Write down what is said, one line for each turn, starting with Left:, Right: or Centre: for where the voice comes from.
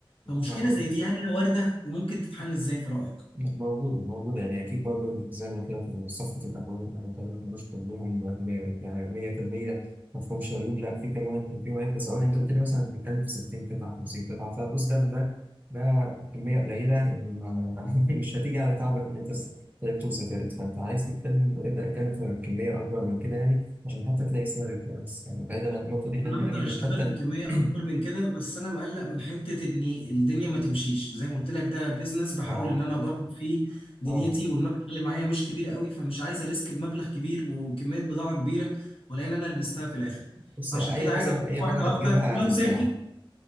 Left: فمشكلة
Right: هقول
Left: زي دي هل هي واردة وممكن تتحل ازاي في رأيك؟
Right: موجودة موجودة يعني أكيد برضه زي ما قلت لك في صفحة الأبواب أنا بكلمك مش كلهم م- ده 100% ما فيهمش عيوب لا في كمان كان في عيب بس أنا أنت قلت لي مثلا أنت بتتكلم في 60 قطعة 50 قطعة فبص ده ده ده كمية قليلة يعني ما <laughs> مش هتيجي على تعبك إن أنت س- تعبت وسافرت فأنت عايز تتكلم ابدأ اتكلم في كمية أكبر من كده يعني عشان حتى تلاقي سعر كويس يعني بعيدا عن النقطة دي خلينا
Left: انا اقدر
Right: نجي للحتة
Left: اشتغل في
Right: ال-
Left: كمية اكبر
Right: <clears throat>
Left: من كده بس انا مقلق من حتة ان الدنيا ما تمشيش زي ما قلت لك ده بيزنس بحاول
Right: ما-
Left: ان انا اجرب فيه دنيتي
Right: آه.
Left: والمبلغ اللي معايا مش كبير قوي فمش عايز اريسك بمبلغ كبير وكمية بضاعة كبيرة ولا ان انا لبستها في الاخر
Right: بص
Left: فعشان
Right: أي
Left: كده
Right: حاجة
Left: عايز اجرب
Right: أي
Left: واحدة
Right: حاجة
Left: واحدة
Right: هتجيبها
Left: ولو
Right: هتتباع
Left: سلكت